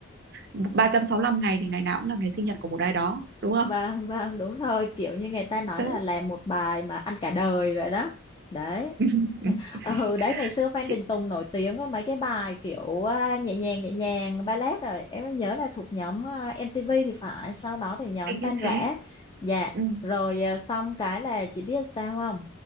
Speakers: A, on the right; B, on the left.
A: ờ, ba trăm sáu lăm ngày thì ngày nào cũng là ngày sinh nhật của một ai đó đúng không
B: vâng vâng đúng rồi kiểu như người ta nói
A: đấy
B: là làm một bài mà ăn cả đời vậy đó đấy
A: ừ.
B: ừ đấy ngày xưa Phan
A: chị
B: Đình Tùng nổi tiếng với mấy cái bài kiểu à, nhẹ nhàng nhẹ nhàng ballet rồi em nhớ là thuộc nhóm à, MTV thì phải sau đó thì nhóm
A: thấy
B: Tan
A: như
B: Rã
A: thế
B: dạ
A: ừ.
B: rồi à, xong cái là chị biết sao không